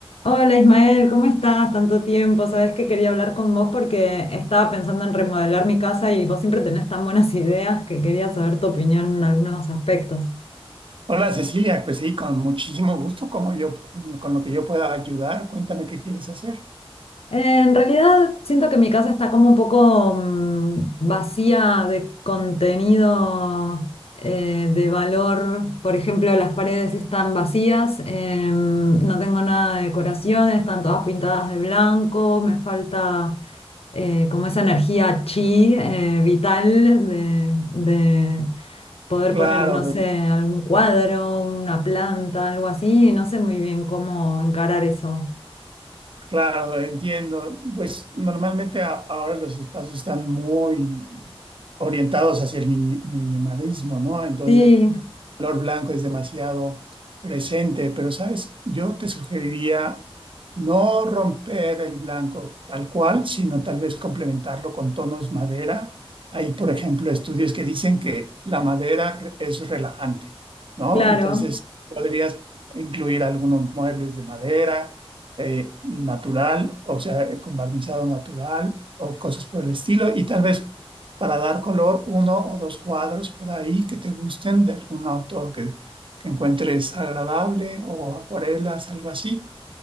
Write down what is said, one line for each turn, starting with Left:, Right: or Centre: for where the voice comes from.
Left: Hola Ismael, ¿cómo estás? Tanto tiempo. Sabes que quería hablar con vos porque estaba pensando en remodelar mi casa y vos siempre tenés tan buenas <laughs> ideas que quería saber tu opinión en algunos aspectos.
Right: Hola Cecilia, pues sí, con muchísimo gusto, como yo, con lo que yo pueda ayudar, cuéntame qué quieres hacer.
Left: Eh, En realidad siento que mi casa está como un poco mm, vacía de contenido eh, de valor. Por ejemplo, las paredes están vacías, em, no tengo nada de decoración, están todas pintadas de blanco, me falta eh, como esa energía chi eh, vital de, de poder
Right: Claro,
Left: poner, no
Right: de-
Left: sé, algún cuadro, una planta, algo así. No sé muy bien cómo encarar eso.
Right: claro, entiendo. Pues normalmente a- ahora los espacios están muy orientados hacia el mini- minimalismo, ¿no? Entonces,
Left: Sí,
Right: color blanco es demasiado presente, pero sabes, yo te sugeriría no romper el blanco tal cual, sino tal vez complementarlo con tonos madera. Hay, por ejemplo, estudios que dicen que la madera re- es relajante, ¿no?
Left: claro.
Right: Entonces, podrías incluir algunos muebles de madera eh, natural, o sea, con barnizado natural o cosas por el estilo, y tal vez para dar color uno o dos cuadros por ahí que te gusten de algún autor que, que encuentres agradable o acuarelas, algo así.